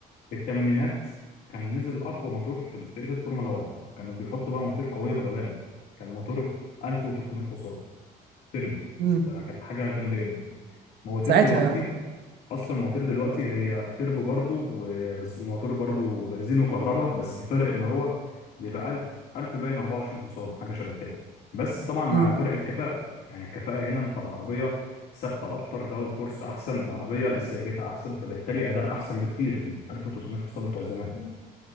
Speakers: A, on the left; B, on the right.
A: في الثمانينات كان نزل أقوى موتور في تاريخ الفورمولا 1 كانوا بيحطوا بقى موتور قوية بغباء بقى كان موتور 1300 حصان تربو
B: امم
A: فكانت حاجة جامدة جدا مواتير
B: ساعتها
A: دلوقتي اصلا مواتير دلوقتي هي تربو برضو وبس وموتور برضو بنزين وكهرباء بس الفرق ان هو بيبقى 1000 1000 باين 24 حصان حاجه شبه كده بس طبعا مع
B: امم
A: فرق الكفاءه يعني الكفاءه هنا انت العربيه ثابته اكتر داون فورس احسن العربيه انسيابيتها احسن فبالتالي اداء احسن بكتير من 1300 حصان بتوع زمان